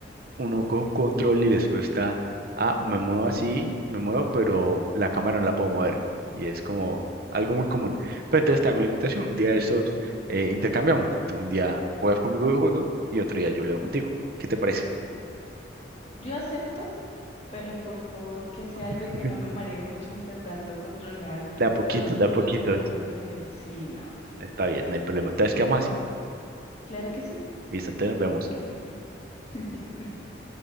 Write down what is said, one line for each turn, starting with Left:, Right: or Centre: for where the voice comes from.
Right: uno coge un control y les cuesta, ah, me muevo así, me muevo, pero la cámara no la puedo mover. Y es como algo muy común. Pero entonces te hago la invitación. Un día
Left: ¿Mm?
Right: de estos eh, intercambiamos. Tú un día juegas conmigo videojuegos y otro día yo leo contigo. ¿Qué te parece?
Left: Yo acepto, pero por favor que sea algo
Right: <laughs>
Left: que no me maree mucho intentando controlar
Right: De a poquitos,
Left: dos
Right: de
Left: tipos
Right: a poquitos.
Left: de movimientos al tiempo. Sí, no, no. no.
Right: Está bien, no hay problema. Entonces quedamos así.
Left: Claro que sí,
Right: Listo, entonces nos vemos.
Left: me encantaría. <laughs>